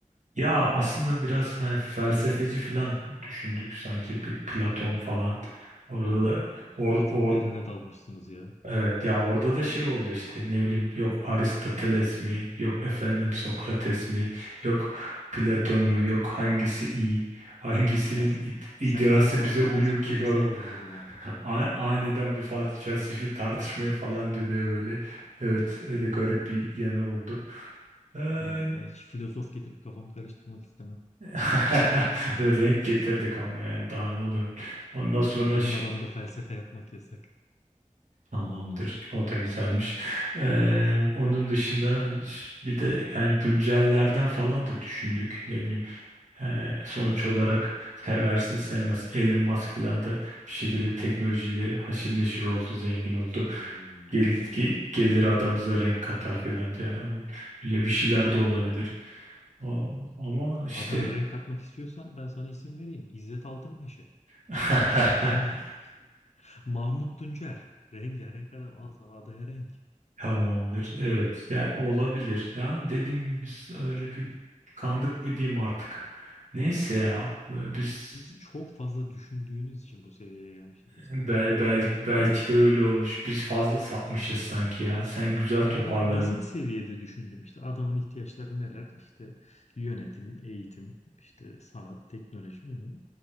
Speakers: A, on the right; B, on the left.
A: Ya aslında biraz hani felsefeci falan düşündük sanki bir Platon falan. Orada
B: Aa,
A: da
B: bak
A: or,
B: siz
A: or-
B: çok derine dalmışsınız ya.
A: Evet ya orada da şey oldu işte ne bileyim yok Aristoteles mi yok efendim Sokrates mi yok Platon mu yok hangisi iyi hangisinin
B: Yani sen,
A: id- ideası
B: sen Platon aldın
A: bize uyuyor
B: ben Sokrates'i
A: ki falan
B: alırım o zaman
A: <laughs>
B: falan.
A: A- aniden bir fal- felsefi tartışmaya falan dönüyor böyle. Evet öyle garip bir yanı oldu. Ay.
B: Bilmiyorum, ben hiç filozof getirip kafamı karıştırmak istemem.
A: <laughs> Renk getirdik ama yani daha ne olabilir. Ondan sonra
B: Benim
A: şey
B: adamda felsefe yapmak yasak.
A: Tamamdır. O da güzelmiş. Ee, onun dışında ş- bir de yani güncellerden falan da düşündük. Ne bileyim ee, sonuç olarak seversin sevmez. Elon Musk falan da bir şekilde teknolojiyle haşır neşir oldu, zengin oldu.
B: Hmm,
A: Gelir,
B: olabilir.
A: ki gelir adamıza renk katar falan diye. Yani öyle bir şeyler de olabilir. O- ama işte
B: Adana renk atmak istiyorsan ben sana isim vereyim. İzzet Altınmeşe.
A: <laughs>
B: Rengar. <laughs> Mahmut Tuncer. Rengarenk adam. Al sana adaya renk.
A: Tamamdır. Evet. Ya olabilir. Ya dediğim gibi biz öyle bir kandık mı diyeyim artık. Neyse ya. Biz
B: Siz çok fazla düşündüğünüz için bu seviyeye gelmişsiniz. İşte
A: bel,
B: onu mu getireyim
A: bel,
B: bunu mu
A: belki
B: getireyim.
A: de öyle olmuş. Biz fazla sapmışız sanki ya. Sen güzel
B: Ben
A: toparladın.
B: daha basit seviyede düşündüm işte adamın ihtiyaçları neler işte yönetim, eğitim, işte sanat, teknoloji bilmem.